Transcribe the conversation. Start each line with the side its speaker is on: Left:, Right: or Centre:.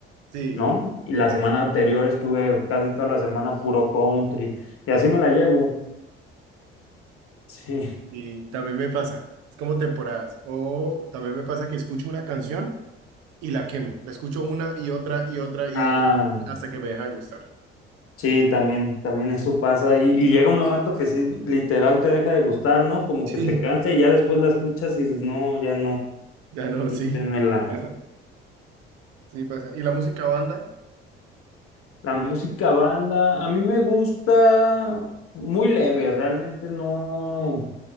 Right: sí,
Left: ¿no? Y la semana anterior estuve casi toda la semana puro country y así me la llevo. <laughs> Sí.
Right: sí, también me pasa. Es como temporadas. O también me pasa que escucho una canción. y la quemo. La escucho una y otra y otra y
Left: Ah,
Right: otra hasta que me deja de gustar.
Left: sí, también, también eso pasa y, y llega un momento que sí, literal te deja de gustar, ¿no? Como
Right: Sí.
Left: que te cansa y ya después la escuchas y dices, no, ya no,
Right: Ya no,
Left: quítenmela.
Right: sí. Pasa. Sí, pasa. Y la música banda,
Left: La música banda, a mí me gusta muy leve, realmente no,